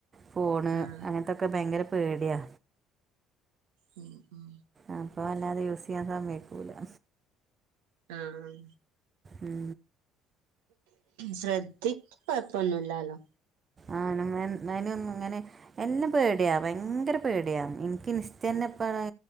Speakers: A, on the right; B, on the right.
A: ഫോണ്
B: ആഹ്
A: അങ്ങൻത്തൊക്കെ ബയങ്കര പേടിയാ
B: ഉം ഉം
A: അപ്പൊ അല്ലാതെ യൂസ് ചെയ്യാൻ സമ്മേയ്ക്കൂല്ലാ
B: ആഹ്
A: ഉം
B: ശ്രദ്ധി കൊഴ്പ്പൊന്നു ഇല്ലാല്ലോ
A: ആഹ് <unintelligible> ഇങ്ങനെ എല്ലാം പേടിയാ ബയങ്കര പേടിയാ എനിക്ക് <unintelligible> <unintelligible> ഇപ്പള്